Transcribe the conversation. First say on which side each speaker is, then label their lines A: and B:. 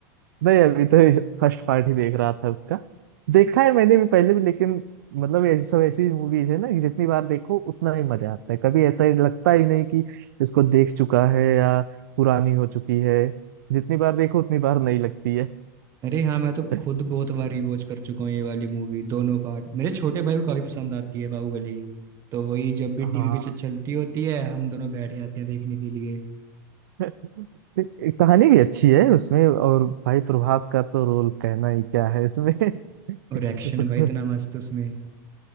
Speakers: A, on the right; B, on the right.
A: नहीं अभी तो फर्स्ट पार्ट ही देख रहा था उसका देखा है मैंने भी पहले भी लेकिन मतलब ये सब ऐसी मूवीज है ना कि जितनी बार देखो उतना ही मजा आता है कभी ऐसा ही लगता ही नहीं कि इसको देख चुका है या पुरानी हो चुकी है जितनी बार देखो उतनी बार नहीं लगती है
B: अरे हाँ मैं तो
A: <laughs>
B: खुद बहुत बार रिवॉच कर चुका हूँ ये वाली मूवी दोनों पार्ट मेरे छोटे भाई को काफी पसंद आती है बाहुबली तो वही जब भी टीवी
A: हाँ
B: पे च- चलती होती है हम दोनों बैठ जाते हैं देखने के लिए
A: <laughs> कहानी भी अच्छी है उसमें और भाई प्रभास का तो रोल कहना ही क्या है इसमें <laughs>
B: और
A: तो
B: एक्शन भाई इतना मस्त उसमें